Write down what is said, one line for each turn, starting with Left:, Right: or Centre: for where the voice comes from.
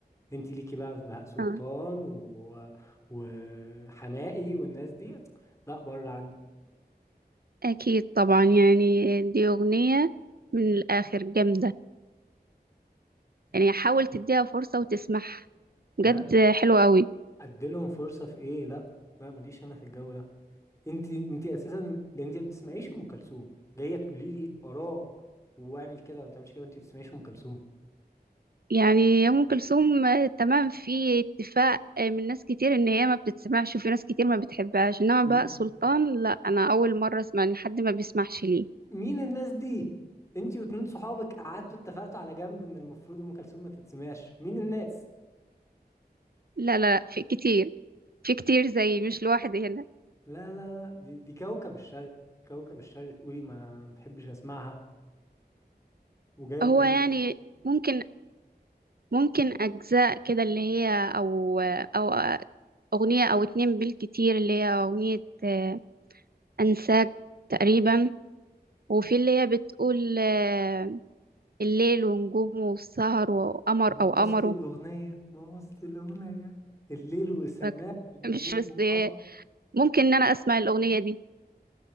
Left: انت ليكي بقى في بهاء سلطان
Right: آه.
Left: و... وحماقي والناس دي لا بره عني
Right: أكيد طبعا يعني دي أغنية من الآخر جامدة يعني حاول تديها فرصة وتسمعها بجد
Left: لا
Right: حلوة قوي
Left: اديلهم فرصه في ايه لا لا ماليش انا في الجو ده انت انت اساسا ده انت ما بتسمعيش ام كلثوم جايه تقولي لي اراء واعمل كده ما تعملش كده وانت ما بتسمعيش ام كلثوم
Right: يعني أم كلثوم آه، تمام في اتفاق آه، من ناس كتير إن هي ما بتتسمعش وفي ناس كتير ما بتحبهاش إنما
Left: م-
Right: بهاء سلطان لا أنا أول مرة أسمع إن حد ما بيسمعش ليه
Left: مين الناس دي انتي واتنين صحابك قعدتوا اتفقتوا على جنب ان المفروض ام كلثوم ما تتسمعش مين الناس
Right: لا لا لا، في كتير في كتير زي مش لوحدي هنا
Left: لا لا لا دي دي كوكب الشرق كوكب الشرق تقولي ما بحبش اسمعها وجايه
Right: هو
Left: تقولي
Right: يعني
Left: لي
Right: ممكن ممكن أجزاء كده اللي هي أو أو أغنية أو اتنين بالكتير اللي هي أغنية آه، أنساك تقريبا وفي اللي هي بتقول آه، الليل ونجومه والسهر وقمر
Left: بوظتي
Right: أو قمره
Left: الاغنيه بوظتي الاغنيه الليل وسماء
Right: فاك-
Left: ونجوم
Right: مش بس
Left: وقمر
Right: آه، ممكن إن أنا أسمع الأغنية دي